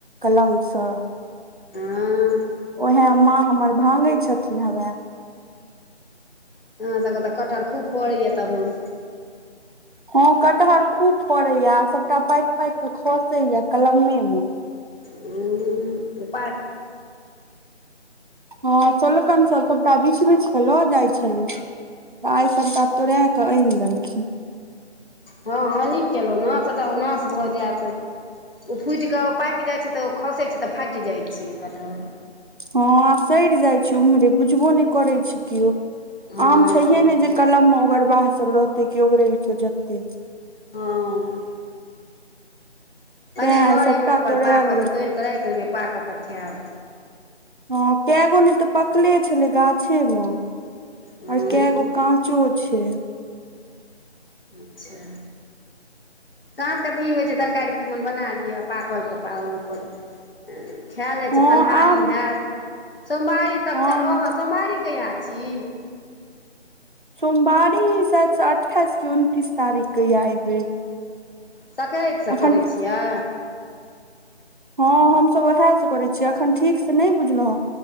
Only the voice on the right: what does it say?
कलमसँ।
उएहे माँ हमर भागै छथिन, हवए।
हँ, कटहर खूब फड़ैया आ सभटा पाकि पाकि कऽ खसे या कलमे।
हँ, सोलकान सभ तऽ बीच बच लो जाइ छल। तऽ आइ सभटा तोड़य कऽ आनि लेलखिन।
हँ, सड़ जाइ छै, उम्हरे बुझबो नहि करै छै, केओ
आम छै ने जे। कलमे ओगरबाह सभ रहते क ओगरेल केओ जते।
तें आइ
सभटा
तोड़ाए
लेलथि
हँ, कएगो नहि तऽ पकले छलै गाछे मे
आर कगो। काँचो छै।
हँ
आब
हँ
सोमवारी शायद अठाइस कि उनतीस तारीखके आइ बेर।
अखन
हँ, हमसभ उएह से करै छियै, अखन ठीक से नहि बुझलहुँ हैं।